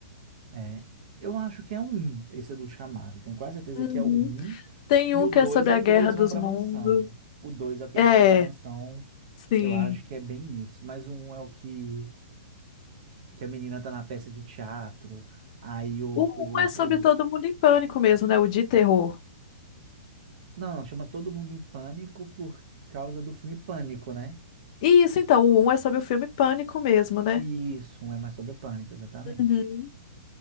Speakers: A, on the right; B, on the left.
A: É, eu acho que é o um, esse do chamado. Tenho quase certeza
B: Uhum.
A: que é o um.
B: Tem
A: E
B: um
A: o
B: que
A: dois
B: é sobre
A: é
B: a
A: o
B: Guerra
A: que eles
B: dos
A: vão para
B: Mundos.
A: mansão. O dois é o que
B: É,
A: eles vão para mansão.
B: sim.
A: Eu acho que é bem isso. Mas o um é o que, que a menina tá na peça de teatro. Aí o,
B: O
A: o,
B: um é sobre todo
A: o-
B: mundo em pânico mesmo, né? O de terror.
A: Não, não, chama todo mundo em pânico por causa do filme Pânico, né?
B: E isso, então, o um é sobre o filme Pânico mesmo, né?
A: Isso, um é mais sobre o pânico, exatamente.
B: Uhum.